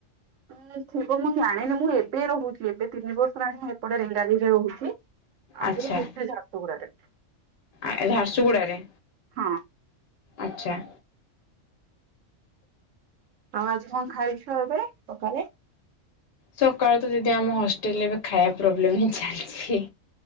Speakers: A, on the right; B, on the left.
A: ଉଁ ଥିବ ମୁଁ ଜାଣିନି ମୁଁ ଏବେ ରହୁଛି ଏବେ ତିନି ବର୍ଷ ହେଲାଣି ଏପଟେ ରେଙ୍ଗାଲିରେ ରହୁଛି। ଆଗରୁ
B: ଆଚ୍ଛା
A: ରୁହେ ଝାରସୁଗୁଡ଼ାରେ।
B: ଏ ଝାରସୁଗୁଡ଼ାରେ।
A: ହଁ।
B: ଆଚ୍ଛା।
A: ଆଉ ଆଜି କଣ ଖାଇଛ ଏବେ ସକାଳେ?
B: ସକାଳୁ ତ ଦିଦି ଆମ ହଷ୍ଟେଲରେ ଏବେ ଖାଇବା ପ୍ରୋବ୍ଲେମ ହିଁ ଚାଲିଛି।